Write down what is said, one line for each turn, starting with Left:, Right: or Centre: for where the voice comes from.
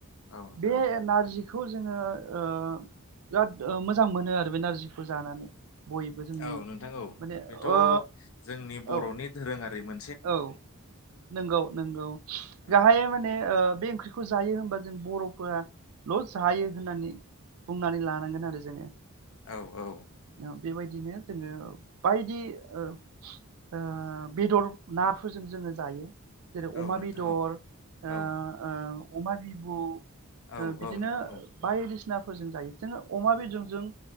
Left: औ नोंथां
Right: बे
Left: औ
Right: नारजि खौ जोङो ओ बिराद ओ मोजां मोनो आरो बे नारजिखो जानानै बयबो जोंनि
Left: औ नोंथां औ
Right: माने
Left: बेथ'
Right: ओ
Left: जोंनि बर'नि
Right: औ
Left: धोरोङारि मोन
Right: औ नोंगौ नोंगौ
Left: औ
Right: गाहायै माने बे ओं- ख्रिखौ जायो होनबा जों बर'फोराल' जायो होननानै बुंनानै लानांगोन आरो जोङो
Left: औ औ
Right: औ बेबायदिनो जोङो बायदि ओ-ओ बेदर नाफोरजों जोङो जायो। जेरै
Left: औ
Right: अमा
Left: नोंथां
Right: बेदर ओ
Left: औ
Right: -
Left: औ
Right: ओ अमा बिबु ओ
Left: औ
Right: बिदिनो
Left: औ नोंथां औ
Right: बायदिसिना फोरजों जायो जोङो अमा मेजेमजों